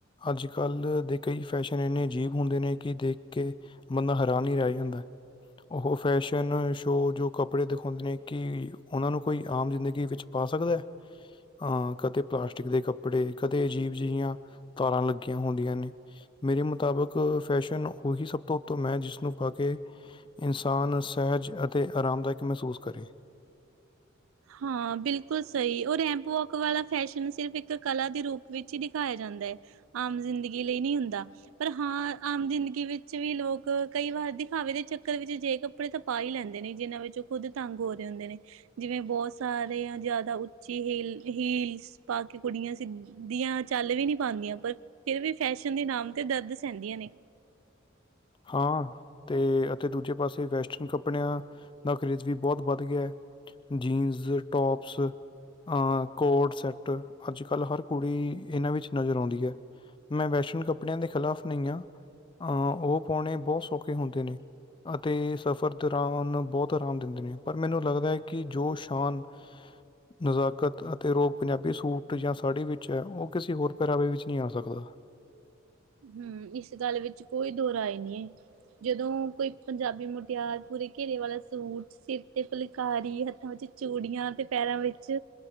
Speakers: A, on the left; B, on the right.
A: ਅੱਜ, ਕੱਲ੍ਹ ਦੇਖ ਕਈ ਫੈਸ਼ਨ ਇੰਨੇ ਅਜੀਬ ਹੁੰਦੇ ਨੇ ਕਿ ਦੇਖ ਕੇ ਬੰਦਾ ਹੈਰਾਨ ਹੀ ਰਹਿ ਜਾਂਦਾ। ਉਹ ਫੈਸ਼ਨ ਸ਼ੋਅ ਜੋ ਕੱਪੜੇ ਦਿਖਾਉਂਦੇ ਨੇ ਕਿ ਉਹਨਾਂ ਨੂੰ ਕੋਈ ਆਮ ਜ਼ਿੰਦਗੀ ਵਿੱਚ ਪਾ ਸਕਦਾ? ਅਹ ਕਦੇ ਪਲਾਸਟਿਕ ਦੇ ਕੱਪੜੇ ਕਦੇ ਅਜੀਬ ਜਿਹੀਆਂ ਤਾਰਾਂ ਲੱਗੀਆਂ ਹੁੰਦੀਆਂ ਨੇ। ਮੇਰੇ ਮੁਤਾਬਕ ਫੈਸ਼ਨ ਉਹੀ ਸਭ ਤੋਂ ਉੱਤਮ ਮੈ ਜਿਸਨੂੰ ਪਾ ਕੇ ਇਨਸਾਨ ਸਹਿਜ ਅਤੇ ਆਰਾਮਦਾਇਕ ਮਹਿਸੂਸ ਕਰੇ।
B: ਹਾਂ ਬਿਲਕੁਲ ਸਹੀ ਉਹ ਰੈਂਪ ਵੋਕ ਵਾਲਾ ਫੈਸ਼ਨ ਸਿਰਫ ਇੱਕ ਕਲਾ ਦੇ ਰੂਪ ਵਿੱਚ ਹੀ ਦਿਖਾਇਆ ਜਾਂਦਾ ਹੈ। ਆਮ ਜ਼ਿੰਦਗੀ ਲਈ ਨਹੀਂ ਹੁੰਦਾ ਪਰ ਹਾਂ ਆਮ ਜ਼ਿੰਦਗੀ ਵਿੱਚ ਵੀ ਲੋਕ ਕਈ ਵਾਰ ਦਿਖਾਵੇ ਦੇ ਚੱਕਰ ਵਿੱਚ ਜੇ ਕੱਪੜੇ ਤਾ ਪਾ ਈ ਲੈਂਦੇ ਨੇ, ਜਿਨਾਂ ਵਿੱਚੋ ਖੁਦ ਤੰਗ ਹੋ ਰੇ ਹੁੰਦੇ ਨੇ, ਜਿਵੇਂ ਬੋਤ ਸਾਰੇਆ ਜਾਦਾ ਉੱਚੀ ਹੀਲ, ਹੀਲਸ ਪਾਕੇ ਕੁੜੀਆਂ ਸਿੱਧੀਆਂ ਚੱਲ ਵੀ ਨੀ ਪਾਂਦੀਆਂ, ਪਰ ਫੇਰ ਵੀ ਫੈਸ਼ਨ ਦੇ ਨਾਮ ਤੇ ਦਰਦ ਸੈਂਦੀਆਂ ਨੇ।
A: ਹਾਂ, ਤੇ ਅਤੇ ਦੂਜੇ ਪਾਸੇ ਵੈਸਟਰਨ ਕੱਪੜਿਆਂ ਦਾ ਖਰੀਦ ਵੀ ਬਹੁਤ ਵੱਧ ਗਿਆ ਹੈ ਜੀਨਸ ਟੋਪਸ ਅ ਕੋਡ ਸੈੱਟ ਅੱਜ ਕੱਲ੍ਹ ਹਰ ਕੁੜੀ ਇਹਨਾਂ ਵਿੱਚ ਇ ਨਜ਼ਰ ਆਉਂਦੀ ਹੈ। ਮੈਂ ਵੈਸਟਰਨ ਕੱਪੜਿਆਂ ਦੇ ਖਿਲਾਫ਼ ਨਹੀਂ ਹਾਂ ਅਹ ਉਹ ਪਾਉਣੇ ਬਹੁਤ ਸੌਖੇ ਹੁੰਦੇ ਨੇ ਅਤੇ ਸਫ਼ਰ ਦੌਰਾਨ ਬਹੁਤ ਆਰਾਮ ਦਿੰਦੇ ਨੇ ਪਰ ਮੈਨੂੰ ਲੱਗਦਾ ਹੈ ਕਿ ਜੋ ਸ਼ਾਨ ਨਜ਼ਾਕਤ ਅਤੇ ਰੋਬ ਪੰਜਾਬੀ ਸੂਟ ਜਾਂ ਸਾੜੀ ਵਿੱਚ ਹੈ ਉਹ ਕਿਸੇ ਹੋਰ ਪਹਿਰਾਵੇ ਵਿੱਚ ਨਹੀਂ ਆ ਸਕਦਾ।
B: ਹੂੰ ਇਸ ਗੱਲ ਵਿੱਚ ਕੋਈ ਦੋ ਰਾਏ ਨਹੀਂ ਹੈ। ਜਦੋਂ ਕੋਈ ਪੰਜਾਬੀ ਮੁਟਿਆਰ ਪੂਰੇ ਘੇਰੇ ਵਾਲਾ ਸੂਟ ਸਿਰ ਤੇ ਫੁਲਕਾਰੀ ਹੱਥਾਂ ਵਿੱਚ ਚੂੜੀਆਂ ਤੇ ਪੈਰਾਂ ਵਿੱਚ